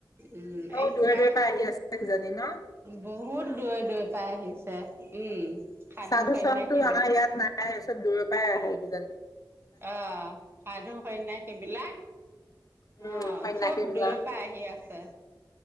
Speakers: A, on the right (about 30°); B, on the left (about 45°).
A: উম
B: অ'
A: এইসপাহ
B: দূৰে দূৰে পৰা আহি আছে কিজানি ন
A: বহুত দূৰে দূৰে পাই আহিছে। যে উম। সাধু
B: চাধু
A: সন্যাসী
B: চামতটো
A: বিলাক
B: আমাৰ ইয়াত নাই চব দূৰৰ পৰাই আহে। উ <unintelligible>
A: অ! সাধু, সন্যাসীবিলাক,
B: উম
A: অ
B: সন্যাসী
A: চব
B: বিলাক
A: দূৰে পৰা আহি আছে।